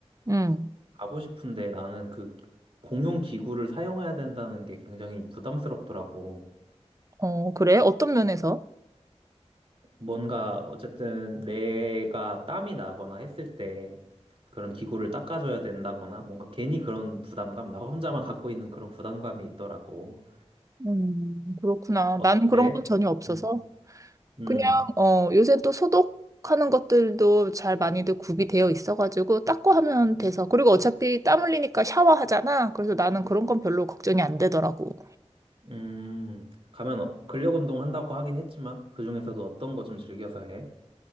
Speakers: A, on the right; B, on the right.
A: 응.
B: 가고 싶은데 나는 그 공용 기구를 사용해야 된다는 게 굉장히 부담스럽더라고.
A: 어, 그래? 어떤 면에서?
B: 뭔가 어쨌든 내가 땀이 나거나 했을 때 그런 기구를 닦아줘야 된다거나 뭔가 괜히 그런 부담감, 나 혼자만 갖고 있는 그런 부담감이 있더라고.
A: 음, 그렇구나.
B: 어때?
A: 나는 그런 건 전혀 없어서.
B: 음, 음,
A: 그냥 어 요새 또 소독하는 것들도 잘 많이들 구비되어 있어가지고 닦고 하면 돼서 그리고 어차피 땀 흘리니까 샤워하잖아. 그래서 나는 그런 건 별로 걱정이 안 되더라고.
B: 음. 가면 어- 근력 운동 한다고 하긴 했지만 그중에서도 어떤 거 좀 즐겨서 해?